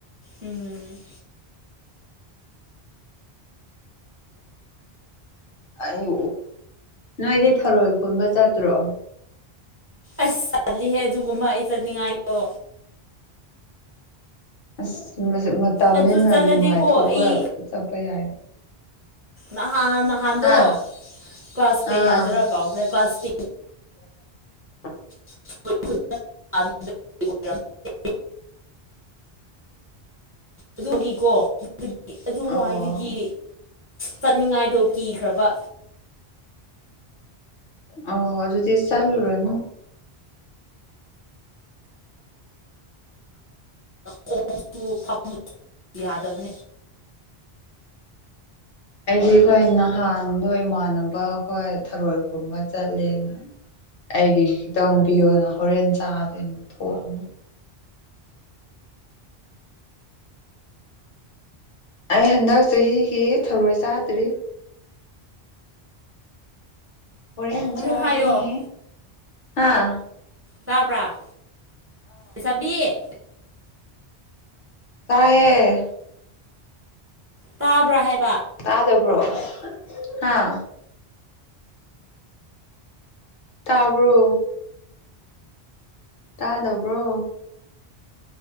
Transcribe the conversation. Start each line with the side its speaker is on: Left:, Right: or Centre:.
Right: ꯎꯝ
Left: ꯑꯩ ꯅꯣꯏꯗꯤ ꯊꯔꯣꯏ ꯈꯨꯟꯕ ꯆꯠꯇ꯭ꯔꯣ
Right: ꯑꯁ ꯆꯠꯂꯤꯍꯦ ꯑꯗꯨꯒꯨꯝꯕ ꯑꯩ ꯆꯠꯅꯤꯡꯉꯥꯏꯗꯣ
Left: ꯑꯁ ꯃꯇꯝ
Right: ꯑꯗꯨ
Left: ꯍꯦꯟꯅ
Right: ꯆꯠꯂꯗꯤꯀꯣ
Left: ꯅꯨꯡꯉꯥꯏꯊꯣꯛꯑꯒ
Right: ꯑꯩ
Left: ꯆꯠꯄ ꯌꯥꯏꯅꯦ
Right: ꯅꯍꯥꯟ ꯅꯍꯥꯟꯗꯣ
Left: ꯑꯥ
Right: ꯀ꯭ꯂꯥꯁ ꯀꯌꯥꯗ꯭ꯔꯥ
Left: ꯑꯥ
Right: ꯀꯥꯎꯈ꯭ꯔꯦ ꯀ꯭ꯂꯥꯁ
Left: <inaudible>
Right: ꯇꯦꯟ <unintelligible> ꯑꯗꯨꯒꯤꯀꯣ ꯑꯗꯨ ꯑꯗꯨꯋꯥꯏꯗꯒꯤ
Left: ꯑꯣ
Right: ꯆꯠꯅꯤꯡꯉꯥꯏꯗꯣ ꯀꯤꯈ꯭ꯔꯕ
Left: ꯑꯣ ꯑꯗꯨꯗꯤ ꯆꯠꯂ ꯔꯅ
Right: ꯈꯣꯡꯁꯨ ꯐ ꯌꯥꯗꯕꯅꯤ
Left: <inaudible> ꯑꯩꯗꯤ ꯑꯩꯈꯣꯏ ꯅꯍꯥꯟꯗꯣ ꯏꯃꯥꯟꯅꯕ ꯑꯩꯈꯣꯏ ꯊꯔꯣꯏ ꯈꯨꯝꯕ ꯆꯠꯂꯦꯅ ꯑꯩꯒꯤ ꯈꯤꯇꯪ ꯄꯤꯌꯣꯅ ꯍꯣꯔꯦꯟ ꯆꯥꯗꯣꯏꯅꯦ ꯊꯣꯛꯑꯅ ꯑꯩ ꯍꯟꯗꯛ ꯆꯍꯤꯒꯤ ꯊꯣꯔꯣꯏ ꯆꯥꯗ꯭ꯔꯤ ꯍꯔꯆꯥ
Right: ꯑꯃꯨꯛ ꯍꯥꯏꯌꯣ
Left: ꯑꯔꯅꯤ ꯍꯥꯥ
Right: ꯇꯥꯕ꯭ꯔꯥ ꯆꯕꯤ
Left: ꯇꯥꯏꯌꯦꯦ
Right: ꯇꯥꯕ꯭ꯔꯥꯍꯤꯦ
Left: ꯇꯥꯗꯕ꯭ꯔꯣ ꯍꯥꯥ ꯇꯥꯕ꯭ꯔꯣ ꯇꯥꯗꯕ꯭ꯔꯣ